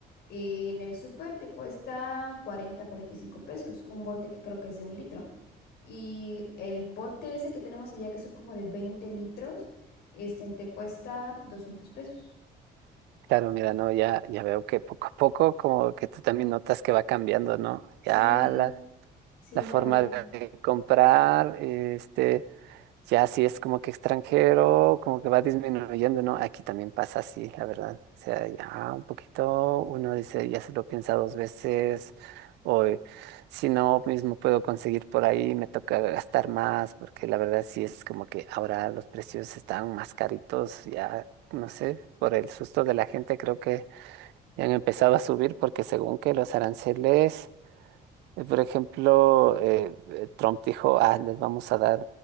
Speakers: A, on the left; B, on the right.
A: eh, en el súper te cuesta cuarenta cuarenta y cinco pesos, un bote que creo que es de un litro. Y el bote ese que tenemos allá, que son como de 20 litros, este, te cuesta 200 pesos.
B: Claro, mira, no, ya, ya veo que poco a poco como que tú también notas que va cambiando, ¿no?
A: Sí,
B: Ya la,
A: sí,
B: la forma
A: la verdad.
B: de comprar, este, Ya si es como que extranjero, como que va disminuyendo, ¿no? Aquí también pasa así, la verdad. O sea, ya un poquito uno dice, ya se lo piensa dos veces, o eh, si no, mismo puedo conseguir por ahí, me toca gastar más, porque la verdad sí es como que ahora los precios están más caritos, ya no sé, por el susto de la gente creo que ya han empezado a subir, porque según que los aranceles... Eh, Por ejemplo, eh, eh, Trump dijo, ah, les vamos a dar,